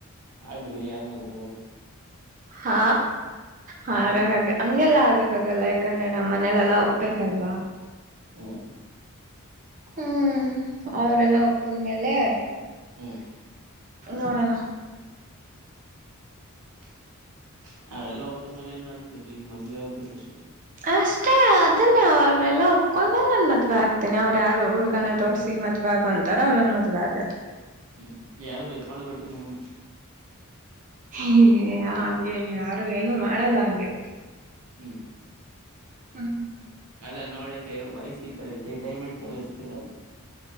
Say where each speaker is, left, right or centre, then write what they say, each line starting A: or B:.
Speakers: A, on the right; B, on the right.
A: ಹಾಗ್ರಿ ಯಾರ ಮದ್ರು
B: ಹಾ ಹಾಗ
A: ಹ್ಮ್
B: ಹಾಗ ಹಂಗೆಲ್ಲ ಆಗಕ್ಕಾಗಲ್ಲ ಯಾಕಂದ್ರೆ ನಮ್ಮ್ ಮನಲೆೆಲ್ಲಾ ಒಪ್ಬೇಕಲ್ವಾ
A: ಹ್ಮ್
B: ಹ್ಮ್ ಅವ್ರಲ್ಲ ಒಪ್ಪಿದ್ಮೇಲೆ
A: ಹ್ಮ್
B: ನೋಡೋಣ
A: <unintelligible> ಅವೆಲ್ಲ ಒಪ್ಪದ ಮೇಲೆ ಏನ್ ಮಾಡಡ್ತರರಿ ಮದ್ವೆ ಆಗ್ಬೇಕಷ್ಟೇ
B: ಅಷ್ಟೇ ಅದನ್ನೇ ಅವಲ್ಲ ಒೊಂಡ್ಮೇಲ್ ನನ್ ಮದ್ವೆ ಆಗ್ತನಿ ಅವ್ಯಾರು ಹುಡ್ಗನ ತೋರ್ಸಿ ಮದ್ವೆ ಆಗ ಅಂತಾರ ಅವ್ರರು ನನ್ ಮದ್ ಆಗದ
A: ಹ್ಮ್ ಯಾರರು ಎತ್ಕೊಂಡೋಗ್ಬ ಬಿಟ್ರಿ ನಿಮ್ಮನ್ನು
B: ಏ ಹಂಗೆ ನೀವ ಯಾರು ಏನು ಮಾಡಲ್ಲ ಹಂಗೆ
A: ಹ್ಮ್
B: ಹ್ಮ್
A: ಅಲ್ಲ ನೋಡಕೆ ವಯಸ್ಸ ಈ ಥರ ಐತೆ ಡೈಮಂಡಡ್ ತಥರ ಇರ್ತೀರಾ ಅದಕ್ಕೆ